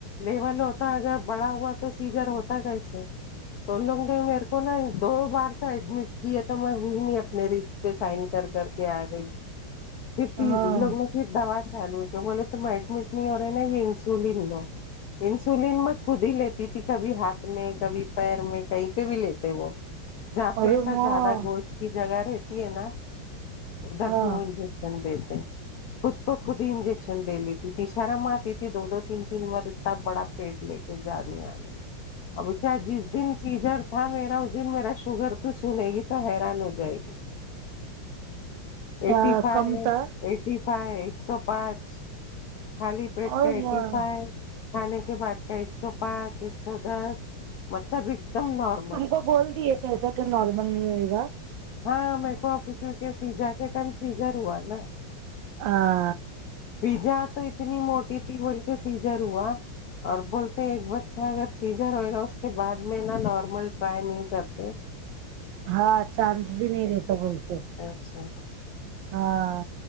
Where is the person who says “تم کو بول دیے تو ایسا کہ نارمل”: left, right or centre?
Right